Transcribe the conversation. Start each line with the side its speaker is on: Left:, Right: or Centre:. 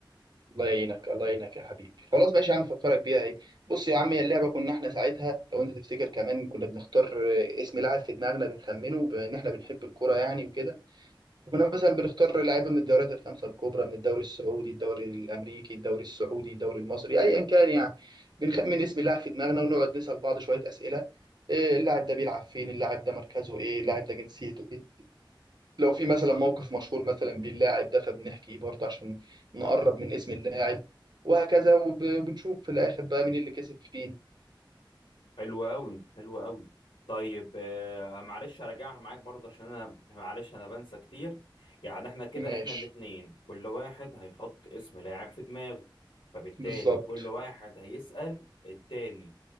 Right: الله يعينك الله يعينك يا حبيبي خلاص ماشي يا عم فكرك بيها ايه بص يا عم هي اللعبه كنا احنا ساعتها لو انت تفتكر كمان كنا بنختار آه، اسم لاعب في دماغنا بنخمنه بان احنا بنحب الكوره يعني وكده كنا مثلا بنختار لعيبه من الدوريات الخمسه الكبرى من الدوري السعودي الدوري الامريكي الدوري السعودي الدوري المصري ايا كان يعني بنخمن اسم لاعب في دماغنا ونقعد نسال بعض شويه اسئله إيه اللاعب ده بيلعب فين اللاعب ده مركزه ايه اللاعب ده جنسيته لو في مثلا موقف مشهور مثلا باللاعب ده فبنحكيه برضه عشان نقرب من اسم اللاعب وهكذا وب- وبنشوف في الاخر بقى مين اللي كسب فين
Left: حلو قوي حلو قوي طيب آه، معلش اراجعها معاك برضه عشان انا معلش انا بنسى كتير يعني احنا كده
Right: ماشي
Left: احنا الاتنين كل واحد هيحط اسم لاعب في دماغه فبالتالي
Right: بالظبط
Left: كل واحد هيسأل التاني